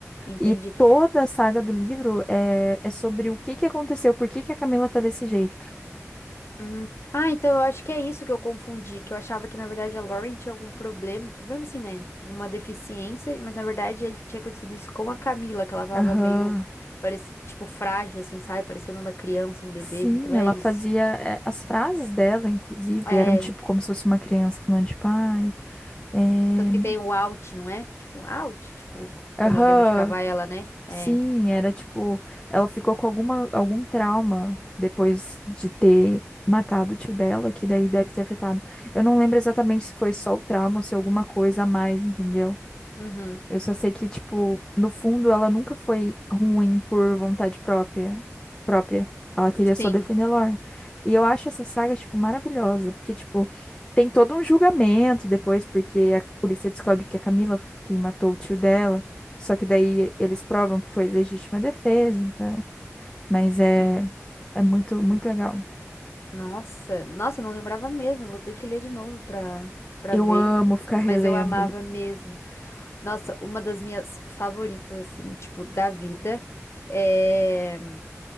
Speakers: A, on the left; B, on the left.
A: Entendi.
B: E toda a saga do livro é, é sobre o que que aconteceu, por que que a Camila tá desse jeito.
A: Uhum. Ah, então eu acho que é isso que eu confundi. Que eu achava que, na verdade, a Lauren tinha algum problema. Problema assim, né? Alguma deficiência. Mas, na verdade, é- tinha acontecido isso com a Camila. Que ela tava
B: Aham.
A: meio, parece, tipo, frágil, assim, sabe? Parecendo uma criança, um bebê.
B: Sim,
A: Então é
B: ela
A: isso.
B: fazia. é, As frases dela, inclusive,
A: É.
B: eram tipo como se fosse uma criança falando, de pai é,
A: Tanto que tem o out, não é? Tipo, out. Tipo,
B: Aham.
A: quando alguém machucava ela, né? É.
B: Sim, era tipo, ela ficou com alguma, algum trauma depois de ter matado o tio dela, que daí deve ter afetado. Eu não lembro exatamente se foi só o trauma ou se alguma coisa a mais, entendeu?
A: Uhum.
B: Eu só sei que, tipo, no fundo ela nunca foi ruim por vontade própria, própria. Ela queria só
A: Sim.
B: defender a Lauren. E eu acho essa saga, tipo, maravilhosa, porque, tipo, tem todo um julgamento depois, porque a polícia descobre que a Camila f- quem matou o tio dela, só que daí eles provam que foi legítima defesa, então. Mas é,
A: Hum.
B: é muito,
A: hum.
B: muito legal.
A: Nossa, nossa, eu não lembrava mesmo. Eu vou ter que ler de novo pra, pra
B: Eu
A: ver.
B: amo ficar
A: Mas
B: relendo.
A: eu amava mesmo. Nossa, uma das minhas favoritas, assim, tipo, da vida é.